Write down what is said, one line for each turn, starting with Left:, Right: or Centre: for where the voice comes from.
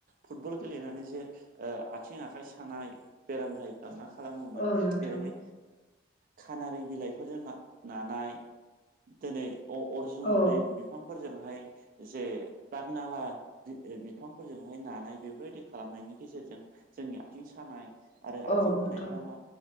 Right: फुटबल गेलेनानै जे ओ आथिं आखाइ सानाय बेराम जायोफा मा खालामोमोन
Left: औ नोंथां
Right: जेरैहाय खानारि बिलाइ फोरजों नानाय दिनै अरज
Left: औ
Right: उदै बिफांफोरजोंहाय जे रागनाला बिफांफोरजोंहाय नानाय बेफोरबायदि खालामनायनि गेजेरजों जोंनि आथिं सानाय आरो आथिं
Left: औ
Right: बुनायफ्रा
Left: नोंथां
Right: मा